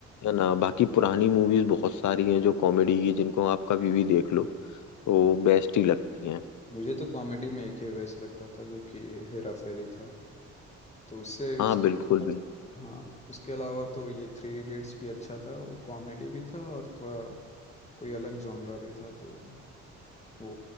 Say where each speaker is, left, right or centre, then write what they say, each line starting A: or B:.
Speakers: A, on the left; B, on the left.
A: है ना बाकी पुरानी मूवीज बहुत सारी हैं जो कॉमेडी की जिनको आप कभी भी देख लो तो बेस्ट ही लगती हैं
B: मुझे तो कॉमेडी में एक ही बेस्ट लगता था जो कि हेरा फेरी था तो उससे उस
A: हाँ बिल्कुल बिल्कुल
B: हाँ उसके अलावा तो ये थ्री इडियट्स भी अच्छा था वो कॉमेडी भी था और थोड़ा कोई अलग जॉनरा भी था तो वो